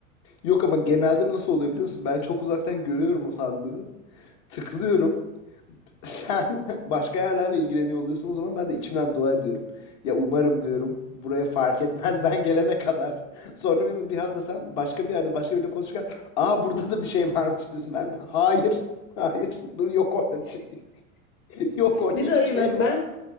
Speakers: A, on the left; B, on the left.
A: Yok ama genelde nasıl oluyor biliyor musun? Ben çok uzaktan görüyorum o sandığı. Tıklıyorum. Sen <laughs> başka yerlerle ilgileniyor oluyorsun o zaman ben de içimden dua ediyorum. Ya umarım diyorum buraya fark etmez ben gelene kadar. <laughs> Sonra bir, bir anda sen başka bir yerde başka biriyle konuşurken aa burada da bir şey varmış diyorsun. Ben de hayır <laughs> hayır dur yok orada bir şey. <laughs> Yok orada
B: Bir
A: hiçbir
B: de hayır
A: şey
B: bak
A: yok.
B: ben